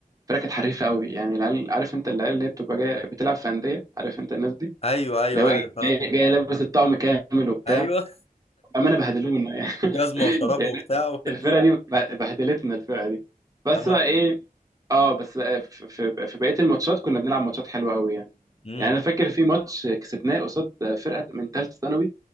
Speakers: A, on the right; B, on the left.
A: فرقه كانت حريفه قوي يعني العيال عارف انت العيال اللي هي بتبقى جايه بتلعب في انديه عارف انت الناس دي
B: ايوه ايوه
A: اللي هو
B: عارف اه
A: جاي, جاي لابس الطقم كامل وبتاع
B: ايوه
A: بأمانة بهدلونا
B: <laughs>
A: يعني <laughs>
B: وجزمه وشراب
A: يعني
B: وبتاع <laughs> ودي
A: الفرقة دي ب- بهدلتنا الفرقة دي بس
B: اه
A: بقى إيه اه بس بقى في, في في بقية الماتشات كنا بنلعب ماتشات حلوة قوي يعني
B: امم
A: يعني أنا فاكر في ماتش كسبناه قصاد فرقة من ثالثة ثانوي